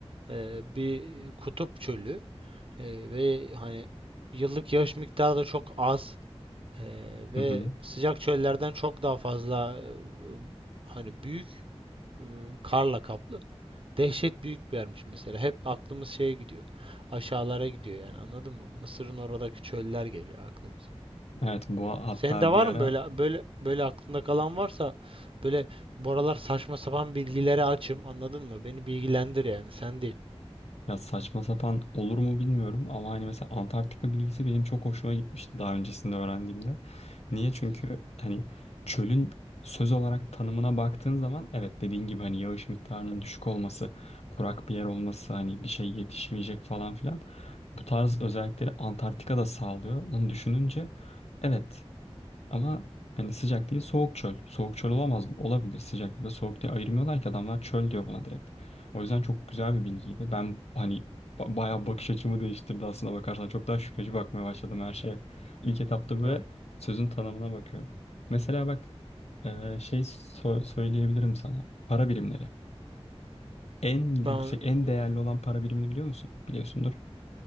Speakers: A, on the right; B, on the left.
A: e, bir kutup çölü E, ve hani yıllık yağış miktarı da çok az E, ve
B: Hı hı.
A: sıcak çöllerden çok daha fazla e, hani büyük e, karla kaplı. Dehşet büyük bir yermiş mesela. Hep aklımız şeye gidiyor. Aşağılara gidiyor yani anladın mı? Mısır'ın oradaki çöller geliyor aklımıza.
B: Evet bu hatta
A: Senin de var
B: bir ara
A: mı böyle böyle böyle aklında kalan varsa böyle bu aralar saçma sapan bilgilere açım anladın mı? Beni bilgilendir yani sen değil.
B: Ya saçma sapan olur mu bilmiyorum ama hani mesela Antarktika bilgisi benim çok hoşuma gitmişti daha öncesinde öğrendiğimde. Niye?
A: Hı
B: Çünkü
A: hı.
B: hani çölün söz olarak tanımına baktığın zaman evet dediğin gibi hani yağış miktarının düşük olması, kurak bir yer olması hani bir şey yetişmeyecek falan filan. Bu tarz özellikleri Antarktika da sağlıyor. Bunu düşününce evet ama hani sıcak değil soğuk çöl. Soğuk çöl olamaz mı? Olabilir sıcak ya da soğuk diye ayırmıyorlar ki adamlar çöl diyor buna direkt. O yüzden çok güzel bir bilgiydi. Ben hani ba- bayağı bakış açımı değiştirdi aslında bakarsan. Çok daha şüpheci bakmaya başladım her şeye. İlk etapta böyle
A: Ya
B: sözün tanımına bakıyorum. Mesela bak e, şey so- söyleyebilirim sana. Para birimleri. En yüksek,
A: ben e,
B: en değerli olan para birimini biliyor musun? Biliyorsundur.